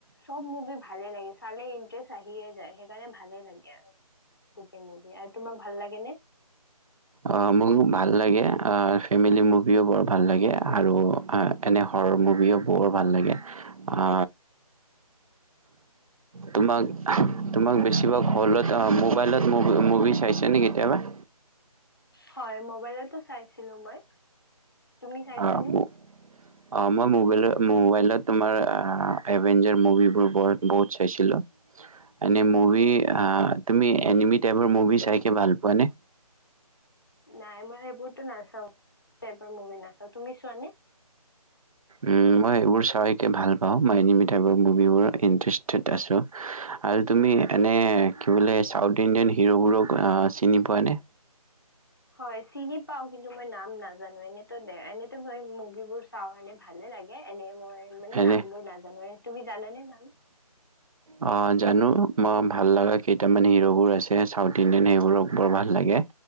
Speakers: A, on the left; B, on the right.
A: চব মুভি ভালে লাগে চালে ইণ্টাৰেষ্ট আহিয়ে যায় সেইকাৰণে ভালে লাগে আৰু গোটেই মুভি আৰু তোমাক ভাল লাগে নে
B: আ মোৰ ভাল লাগে আ ফেমিলি মুভিও বৰ ভাল লাগে আৰু এনে হৰৰ মুভিও বৰ ভাল লাগে আ তোমাক-তোমাক বেছিভাগ হলত আ মোবাইলত মুভি চাইছা না কেতিয়াবা
A: হয় মোবাইলতো চাইছিলো মই তুমি চাইছানে
B: অ ম অ মই মোবাইল মবাইলত তোমাৰ আ এভেঞ্জাৰ মুভিবোৰ ব-বহুত চাইছিলো এনে মুভি আ তুমি এনেমি মুভি চাইকে ভাল পোৱানে
A: নাই মই সেইবোৰতো নাচাও সেইবোৰ মুভি নাচাও তুমি চোৱানে
B: উম মই এইবোৰ ভাল পাও মই এনেমি টাইপৰ মুভিবোৰত ইন্টাৰেষ্টেড আছো আৰু তুমি এনে কি বোলে চাউথ ইণ্ডিয়ান হিৰ'বোৰক চিনি পোৱানে
A: হয় চিনি পাও কিন্তু মই নাম নাজানো এনেতো-এনেতো মই মুভিবোৰ চাও এনে ভালে লাগে এনেই মই মানে
B: এনে
A: নাম বোৰ নাজানোয়ে জানা নে নাম
B: অ জানো মই ভাল লগা কেইটামান হিৰ'বোৰ আছে চাউথ ইণ্ডিয়ান সেইবোৰক বৰ ভাল লাগে